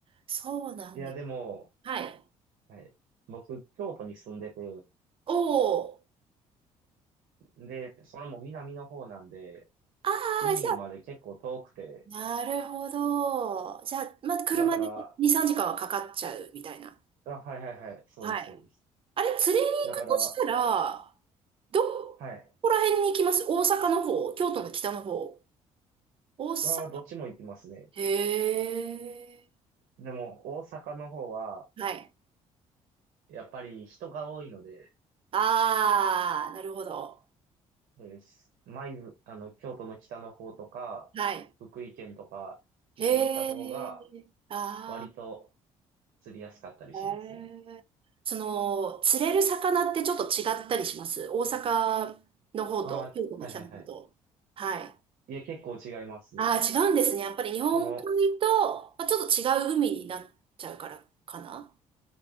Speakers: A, on the right (about 30°); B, on the right (about 55°).
A: そうなんで。
B: いや、でも、
A: はい。
B: はい。僕、京都に住んでて、
A: おお、
B: で、それも南の方なんで、
A: ああ、
B: 海まで結構遠くて、
A: じゃあなるほど。じゃあ、まあ、車で2、
B: だから、
A: 3時間はかかっちゃうみたいな。
B: あ、はいはいはい、そうです、
A: はい。
B: そうです。
A: あれ、釣りに行くとしたら、
B: だから、
A: ど
B: はい。
A: こら辺に行きます大阪の方、京都の北の方。大阪、
B: あーどっちも行きますね。
A: へえ。
B: でも、大阪の方は、
A: はい。
B: やっぱり人が多いので、
A: ああ、なるほど。
B: そうです。舞鶴、あの、京都の北の方とか、
A: はい。
B: 福井県とかに行った方が、
A: へえ。あ
B: 割と釣りやすかったりしますね。
A: あ、へえ。その、釣れる魚ってちょっと違ったりします大阪の方と京都の北の方と。
B: ああ、はいはいはい。
A: はい。
B: いや、結構違いますね。
A: ああ、違うんですね。やっぱり日本海と、
B: この、
A: まあ、ちょっと違う海になっちゃうからかな。